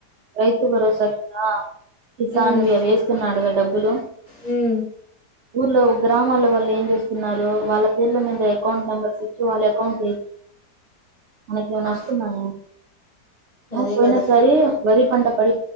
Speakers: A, on the right; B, on the left.
A: రైతు భరోసా ఉందా. కిసాన్వి
B: ఉమ్
A: అవేస్తున్నాడుగా డబ్బులు.
B: హ్మ్
A: ఊళ్ళో గ్రామాల వాళ్ళు ఏం చేస్తున్నారు వాళ్ళ పేర్ల మీద అకౌంట్ నెంబర్స్ ఇచ్చి వాళ్ళ అకౌంట్ లో. మనకి ఇట్లా నష్టమై
B: ఆ అదే
A: పోయినా
B: కదా
A: సరీ వరి పంట పడి.